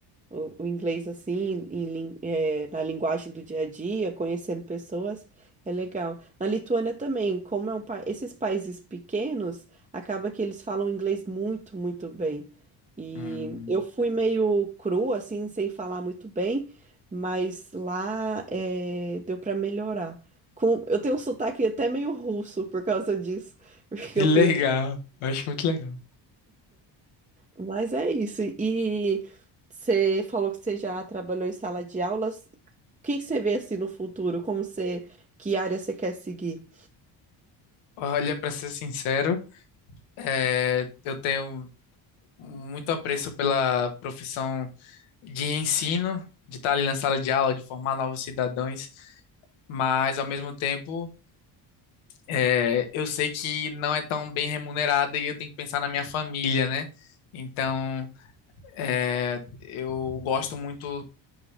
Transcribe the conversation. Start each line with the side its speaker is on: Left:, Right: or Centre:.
Right: o, o inglês assim, em lin- eh, na linguagem do dia a dia, conhecendo pessoas, é legal. Na Lituânia também, como é um país, esses países pequenos, acaba que eles falam inglês muito, muito bem. E
Left: Hum,
Right: eu fui meio cru, assim, sem falar muito bem, mas lá eh, deu para melhorar. Com, eu tenho um sotaque até meio russo por causa disso, <laughs> porque
Left: que
Right: eu
Left: legal,
Right: fui
Left: eu acho muito legal.
Right: mas é isso. E você falou que você já trabalhou em sala de aulas. O que que você vê assim no futuro? Como você, que área você quer seguir?
Left: Olha, pra ser sincero, é, eu tenho muito apreço pela profissão de ensino, de estar ali na sala de aula, de formar novos cidadãos, mas ao mesmo tempo, é, eu sei que não é tão bem remunerada e eu tenho que pensar na minha família, né? Então. É, eu gosto muito